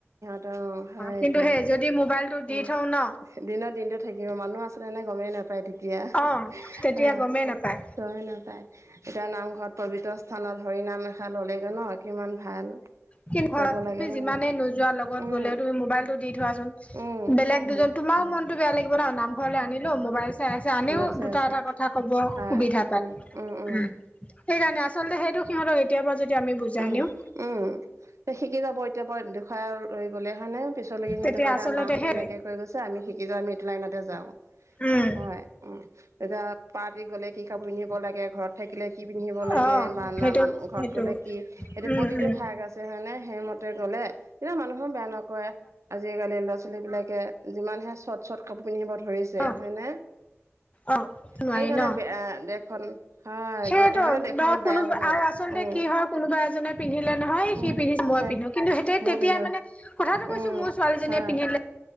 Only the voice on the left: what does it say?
কিন্তু
সেই যদি মোবাইলটো দি
থওঁ ন
অ তেতিয়া
গমেই নাপায়
কিন্ত
ঘৰত
তুমি যিমানে
নোযোৱা লগত
গ'লেও তুমি মোবাইলটো দি থোৱাচোন
বেলেগ
দুজন তোমাৰো মনটো বেয়া লাগে লাগিব ন, নামঘৰলে আনিলো মোবাইল চাই আছে আনেও
দুটা
এটা কথা কব
সুবিধা পাই।
সেইকাৰণে
আচলতে সেইটো সিহঁতক এতিয়া পৰা যদি আমি বুজাই
নিওঁ
তেতিয়া
আচলতে
হে
উম
অ
সেইটো
সেইটো
উম
উম
অ
অ নোৱাৰি
ন
সেইটো
ধৰক
কোনোবা
আৰু আচলতে
কি হয় কোনোবা এজনে পিন্ধিলে নহয়
সি পিন্ধিছে মই
পিন্ধো। কিন্তু সেই
তেতিয়া
মানে কথাটো
কৈছো মোৰ ছোৱালীজনীয়ে
পিন্ধিলে,